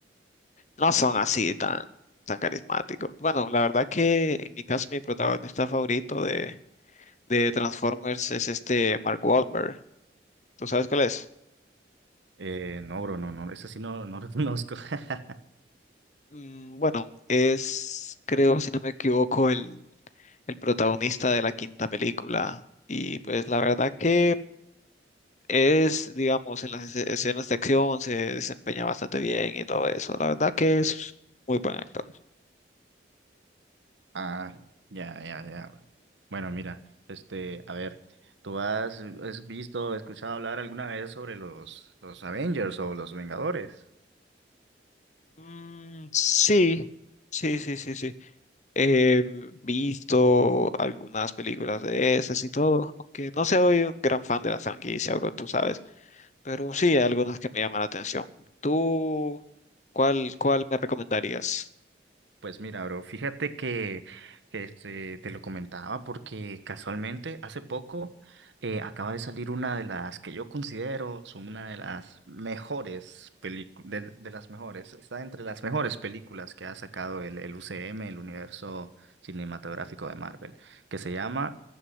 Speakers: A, on the left; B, on the right.
A: no son así tan, tan carismáticos. Bueno, la verdad que en mi caso mi protagonista favorito de, de Transformers es este Mark Wahlberg. ¿Tú sabes cuál es?
B: Eh, no, bro, no, no, esa sí no, no lo conozco. <laughs>
A: Mm, bueno, es, creo, si no me equivoco, el, el protagonista de la quinta película. Y pues la verdad que es, digamos, en las esce- escenas de acción se desempeña bastante bien y todo eso. La verdad que es muy buen actor.
B: Ah, ya, ya, ya. bro. Bueno, mira, este, a ver, ¿tú has, has visto, escuchado hablar alguna vez sobre los, los Avengers o los Vengadores?
A: Mm, sí, sí, sí, sí, sí. He visto algunas películas de esas y todo, aunque no soy un gran fan de la franquicia, bro, tú sabes, pero sí hay algunas que me llaman la atención. ¿Tú cuál, cuál me recomendarías?
B: Pues mira, bro, fíjate que, que, este, te lo comentaba porque casualmente hace poco eh, acaba de salir una de las que yo considero son una de las mejores películas, de, de las mejores, está entre las mejores películas que ha sacado el, el UCM, el universo cinematográfico de Marvel, que se llama